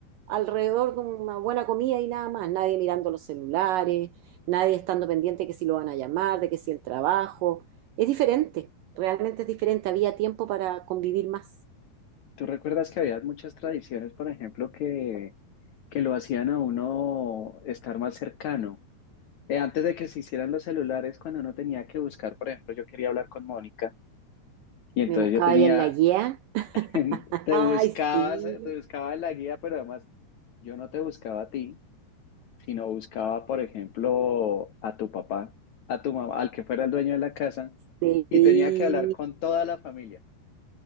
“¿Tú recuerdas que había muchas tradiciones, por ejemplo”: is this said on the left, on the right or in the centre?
Left